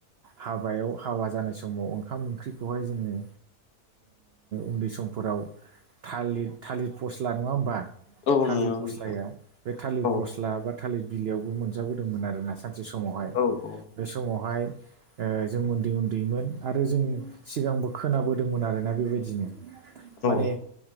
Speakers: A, on the right (about 60°); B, on the left (about 85°).
A: हाबायाव हाबा जानाय समाव ओंखाम ओंख्रिखौहाय जोङो उन्दै समफोराव थालिर थालिर फस्ला नङा होमबा
B: औ
A: थालिर
B: नंगौ
A: फस्लाया
B: नोंथां
A: बे थालिर
B: औ
A: फस्ला बा थालिर बिलइयावबो मोनजाबोदोंमोन आरोना सानसे समावहाय
B: औ औ
A: बे समावहाय जों उन्दै उन्दैमोन आरो जों सिगांबो खोनाबोदोंमोन आरोना बेबायदिनो माने
B: औ